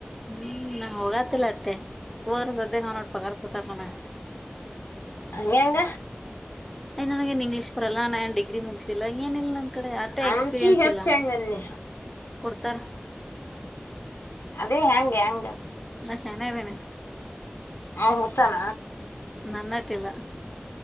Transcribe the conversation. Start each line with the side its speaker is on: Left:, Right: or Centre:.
Centre: ಹ್ಮ್ ನಾ ಹೋಗತಿಲ್ಲ ಅತ್ತೆ ಹೋದ್ರೆ ಸದ್ಯ ಅವ ನೋಡ್ ಪಗಾರ್ ಪತಾರ ನನ
Left: ಹಂಗೆಂಗ
Centre: ಯ್ ನನಗೆನ್ ಇಂಗ್ಲೀಷ್ ಪರಲ್ಲ ನಾನ್ ಡಿಗ್ರಿ ಮುಗಸಿಲ್ಲ ಏನಿಲ್ಲ ಕಡೆ ಆಷ್ಟೇ
Left: ಅವನ್ಕಿ
Centre: ಎಕ್ಸ್ಪೀರಿಯನ್ಸ್
Left: ಹೆಚ್ಚ
Centre: ಇಲ್ಲ
Left: ಹೆಂಗನ್ನಿ
Centre: ಕೊಡ್ತಾರ
Left: ಅದೇ ಹೆಂಗೆ ಹಂಗ
Centre: ನ ಶಾನ ಇದ್ದೇನೆ
Left: ಹ್ಮ ಹಸಲ
Centre: ನನ್ನ ತಿಲ್ಲ